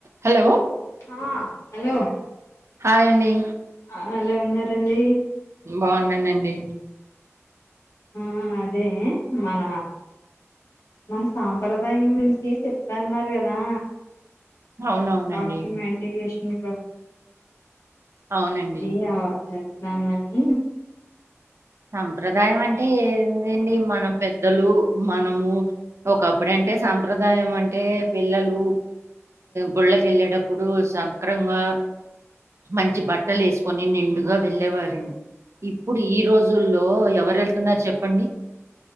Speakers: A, on the right; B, on the left.
A: Hello
B: ఆ hello
A: hi అండి
B: hello ఉన్నారండి
A: బాగున్నాను అండి
B: మ్ ఆ అదే మన మన సాంప్రదాయం గురించి చెప్తా అన్నారు కదా?
A: అవునవునండి
B: డాక్యుమెంటేజేషన్ ప
A: అవునండి
B: ఇదే అ చెప్పుదామని.
A: సాంప్రదాయం అంటే ఏందండి మన పెద్దలు మనము ఒకప్పుడంటే సాప్రదాయం అంటే పిల్లలు గుళ్ళకేళ్ళేటప్పుడు సంక్రంగా మంచి బట్టలు వేసుకొని నిండుగా వెళ్ళేవారండి. ఇప్పుడు ఈ రోజు ఈ రోజుల్లో ఎవరు వెళ్తున్నారు చెప్పండి?